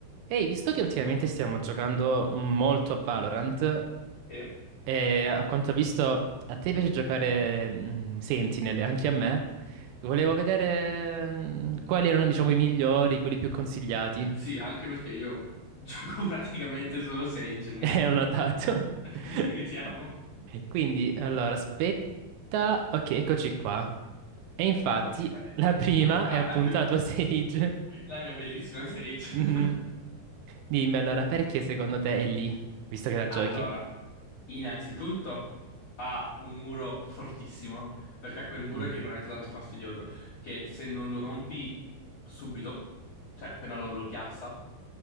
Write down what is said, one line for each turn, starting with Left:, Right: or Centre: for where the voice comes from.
Right: Ehi, visto che ultimamente stiamo giocando molto a Valorant,
Left: Eh,
Right: e a quanto ho visto a te piace giocare mm, Sentinel, e anche a me, volevo vedere mm, quali erano, diciamo, i migliori, quelli più consigliati.
Left: Sì, anche perché io gioco <laughs> praticamente solo Sage,
Right: <laughs>
Left: quindi,
Right: E ho notato.
Left: <laughs>
Right: <laughs>
Left: quindi vediamo.
Right: Quindi, allora, aspetta. Ok, eccoci qua. E infatti,
Left: Ok.
Right: la prima
Left: Ah,
Right: è appunto
Left: <laughs>
Right: la tua Sage. <laughs>
Left: la mia bellissima Sage.
Right: Mhm.
Left: <laughs>
Right: Dimmi allora, perché secondo te è lì, visto che la
Left: Allora,
Right: giochi?
Left: innanzitutto ha un muro fortissimo, perché ha quel muro
Right: Mm.
Left: che è veramente tanto fastidioso, che se non lo rompi subito, cioè appena lo, lo piazza,